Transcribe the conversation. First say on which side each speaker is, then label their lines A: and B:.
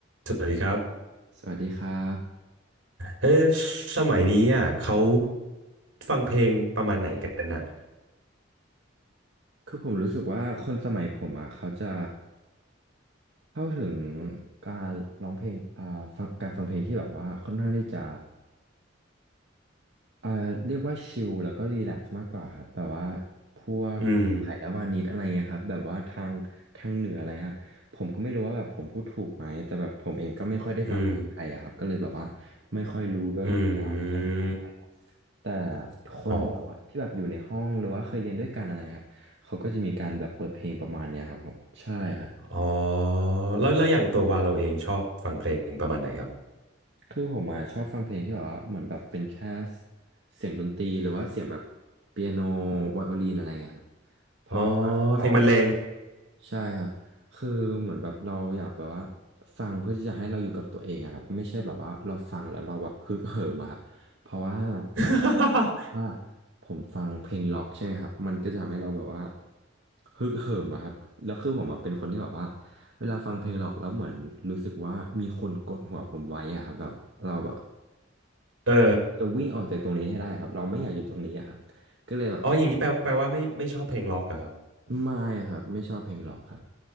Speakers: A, on the right; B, on the right.
A: สวัสดีครับ
B: สวัสดีครับ
A: เออสมัยนี้อ่ะเขาฟังเพลงประมาณไหนกันอ่ะ
B: คือผมรู้สึกว่าคนสมัยผมอ่ะเขาจะเข้าถึงการร้องเพลงอ่าฟังการฟังเพลงที่แบบว่าค่อนข้างที่จะอ่าเรียกว่าชิลแล้วก็รีแลกซ์มากกว่าครับแบบว่าพวกไผ่ละวานิดอะไรเงี้ยครับแบบว่าทางทางเหนืออะไรครับผมก็ไม่รู้ว่าแบบผมพูดถูกไหมแต่แบบผมเองก็ไม่ค่อยได้ฟังเพลงไทยอะครับก็เลยแบบว่า
A: อืมอืม
B: ไม่ค่อยรู้ด้วยว่าแบบว่ายังไงอะไร
A: อืม
B: แต่คนแบบว่าที่แบบอยู่ในห้องหรือว่าเคยเรียนด้วยกันอะไรครับเขาก็จะมีการแบบเปิดเพลงประมาณเนี้ยครับผมใช่ครับ
A: อ๋ออ๋อแล้วแล้วอย่างตัววาเราเองชอบฟังเพลงประมาณไหนครับ
B: คือผมอะชอบฟังเพลงที่แบบว่าเหมือนแบบเป็นแค่เสียงดนตรีหรือว่าเสียงแบบเปียโนไวโอลินอะไรเงี้ยครับ เพราะแบบว่าเรา
A: อ๋อเพลงบรรเลง
B: ใช่ครับคือเหมือนแบบเราอยากแบบว่าฟังเพื่อที่จะให้เราอยู่กับตัวเองอะครับไม่ใช่แบบว่าเราฟังแล้วเราแบบฮึกเหิมอะครับเพราะว่าแบบว่า
A: <laughs>
B: ว่าผมฟังเพลงล็อกใช่ไหมครับมันก็จะทำให้เราแบบว่าฮึกเหิมอะครับแล้วคือผมอะเป็นคนที่แบบว่าเวลาฟังเพลงล็อกแล้วเหมือนรู้สึกว่ามีคนกดหัวผมไว้อะครับแบบเราแบบ
A: เออ
B: จะวิ่งออกจากตรงนี้ให้ได้ครับเราไม่อยากอยู่ตรงนี้อะครับก็เลยแบบ
A: อ๋ออย่างนี้แปลแปลว่าไม่ไม่ชอบเพลงล็อกเหรอครับ
B: ไม่ครับไม่ชอบเพลงล็อกครับ